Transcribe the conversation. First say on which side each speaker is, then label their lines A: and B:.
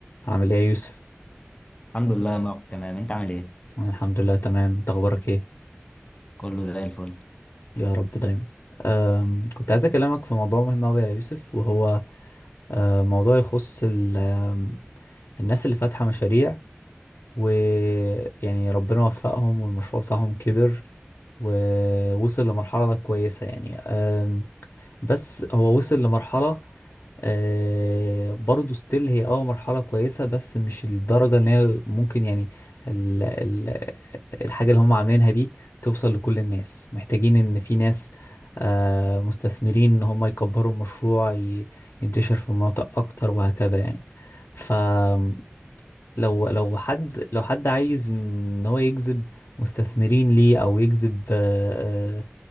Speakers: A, on the left; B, on the left.
A: عامل ايه يا يوسف؟
B: الحمد لله يا مارك تمام انت عامل ايه
A: أنا الحمد لله تمام انت اخبارك ايه؟
B: كله زي الفل
A: يا رب دايما أم كنت عايز اكلمك في موضوع مهم اوي يا يوسف وهو أه، موضوع يخص ال- أم، الناس اللي فاتحة مشاريع ويعني ربنا وفقهم والمشروع بتاعهم كبر ووصل لمرحلة كويسة يعني أم، بس هو وصل لمرحلة آه برضو ستيل هي اه مرحلة كويسة بس مش الدرجة اللي هي ممكن يعني ال ال الحاجة اللي هم عاملينها دي توصل لكل الناس محتاجين ان في ناس آه مستثمرين ان هم يكبروا المشروع ي- ينتشر في مناطق اكتر وهكذا يعني فلو لو حد لو حد عايز ان هو يجذب مستثمرين ليه او يجذب آه،